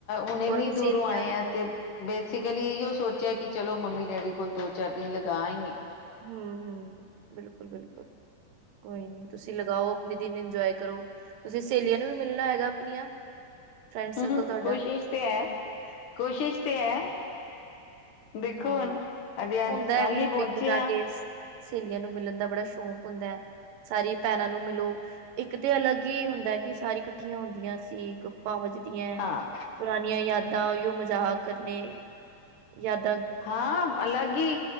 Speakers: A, on the left; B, on the right.
A: ਹੁਣ ਇੰਨੀ
B: ਔਰ ਵੀ
A: ਦੂਰੋਂ
B: ਸਹੇਲੀਆਂ
A: ਆਏ ਆਂ ਤੇ ਬੇਸਿਕਲੀ ਇਹਿ ਓ ਸੋਚਿਆ ਕਿ ਚਲੋ ਮੰਮੀ ਡੈਡੀ ਕੋਲ ਦੋ ਚਾਰ ਦਿਨ ਲਗਾ ਆਈਏ।
B: ਹਮ ਹਮ ਬਿਲਕੁਲ ਬਿਲਕੁਲ। ਹਮ ਤੁਸੀਂ ਲਗਾਓ ਆਪਣੇ ਦਿਨ ਇੰਜੋਯ ਕਰੋ। ਤੁਸੀਂ ਸਹੇਲੀਆਂ ਨੂੰ ਵੀ ਮਿਲਣਾ ਹੈਗਾ ਆਪਣੀਆਂ। ਫਰੈਂਡ ਸਰਕਲ
A: ਹਮ ਹਮ
B: ਤੁਹਾਡਾ
A: ਕੋਸ਼ਿਸ਼ ਤੇ ਹੈ ਕੋਸ਼ਿਸ਼ ਤੇ ਹੈ। ਦੇਖੋ
B: ਆਹੋ
A: ਹੁਣ ਅਜੇ ਅੱਜ
B: ਹੁੰਦਾ
A: ਕੱਲ
B: ਹੈ ਵੀ
A: ਹੀ ਪਹੁੰਚੇ
B: ਪੇਕੇ ਜਾ
A: ਹਾਂ।
B: ਕੇ ਸ- ਸਹੇਲੀਆਂ ਨੂੰ ਮਿਲਣ ਦਾ ਬੜਾ ਸ਼ੌਂਕ ਹੁੰਦਾ ਹੈ। ਸਾਰੀ ਬੈਹਣਾ ਨੂੰ ਮਿਲੋ ਇੱਕ ਤੇ ਅਲੱਗ ਹੀ ਹੂਦੈਂ ਕਿ ਸਾਰੀ ਇਕੱਠੀਆਂ ਹੁੰਦੀਆਂ ਸੀ। ਗੱਪਾਂ ਵੱਜਦੀਆਂ
A: ਹਾਂ
B: ਪੁਰਾਣੀਆਂ ਯਾਦਾਂ ਓਹੀ ਮਜ਼ਾਕ ਕਰਨੇ ਯਾਦ
A: ਹਾਂ ਅਲੱਗ ਹੀ